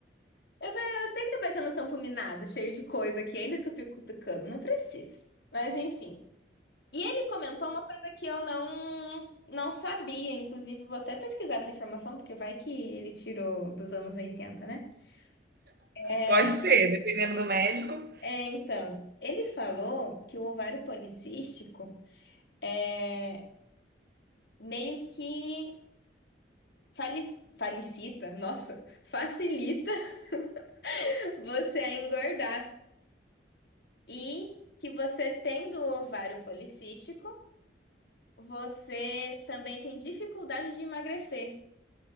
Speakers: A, on the left; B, on the right.
A: Eu falei, "Ah, eu sei que tá parecendo um campo minado, cheio de coisa aqui, ainda que eu fico cutucando, não precisa. Mas enfim. E ele comentou uma coisa que eu não, não sabia, inclusive vou até pesquisar essa informação, porque vai que ele tirou dos anos 80, né? É,
B: Pode ser, dependendo do médico.
A: é, então, ele falou que o ovário policístico é, meio que fali- falicita, nossa, facilita <laughs> você a engordar. E que você tendo o ovário policístico, você também tem dificuldade de emagrecer.